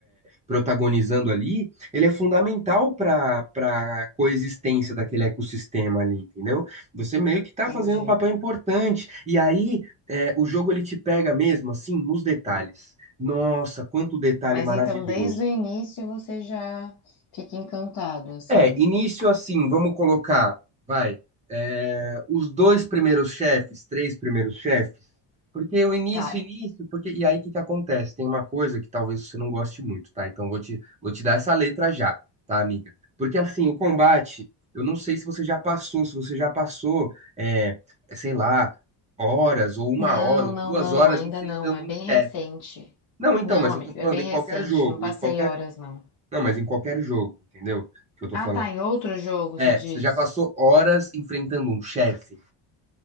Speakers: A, on the right (about 15°); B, on the left (about 50°).
A: protagonizando ali, ele é fundamental para para coexistência daquele ecossistema ali, entendeu? Você meio que está
B: Entendi.
A: fazendo um papel importante, e aí é, o jogo ele te pega mesmo assim nos detalhes. Nossa, quanto detalhe
B: Mas
A: maravilhoso.
B: então, desde o início você já fica encantado, assim.
A: É, início assim, vamos colocar, vai, é, os dois primeiros chefes, três primeiros chefes, porque o início,
B: Tá.
A: início, porque, e aí o que que acontece? Tem uma coisa que talvez você não goste muito, tá? Então vou te, vou te dar essa letra já, tá, amiga? Porque assim, o combate, eu não sei se você já passou, se você já passou, é, sei lá, horas, ou uma
B: Não,
A: hora, ou
B: não,
A: duas
B: não,
A: horas
B: ainda
A: enfrentando
B: não. É bem
A: um chefe.
B: recente.
A: Não, então,
B: Não,
A: mas
B: amigo,
A: eu tô falando
B: é bem
A: em qualquer
B: recente.
A: jogo,
B: Não passei
A: em qualquer
B: horas, não.
A: Não, mas em qualquer jogo, entendeu? Que eu tô
B: Ah,
A: falando.
B: tá. Em outro jogo,
A: É,
B: você diz?
A: você já passou horas enfrentando um chefe.